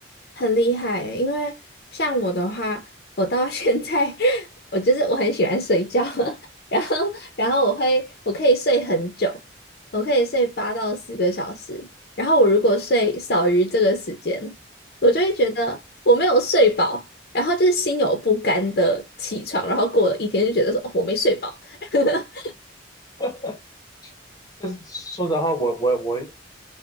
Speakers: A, on the left; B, on the left.
A: 很厉害欸因为像我的话，我到现在 <laughs> 我就是我很喜欢睡觉，<laughs> 然后然后我会我可以睡很久，我可以睡八到十个小时，然后我如果睡少于这个时间，我就会觉得我没有睡饱，然后就是心有不甘的起床，然后过了一天就觉得说，哦我没睡饱。<laughs>
B: <laughs> 但是说实话，我我我